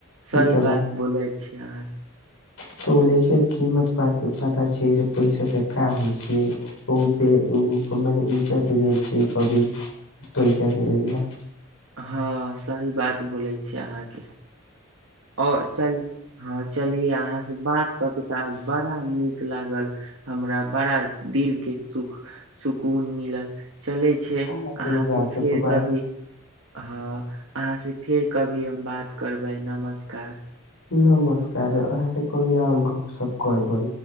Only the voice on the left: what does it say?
ई त
तऽ ओ लइकाकेँ कीमत पता छै पैसा से का होइ छै ओ बे अकेँ माने ईज्जत गेल छै ई कभि पैसाे केँ लऽ
अहाँ से भी बात कर
के बड़ा
नमस्कार अहाँ से कहियो आओर गप सप करबै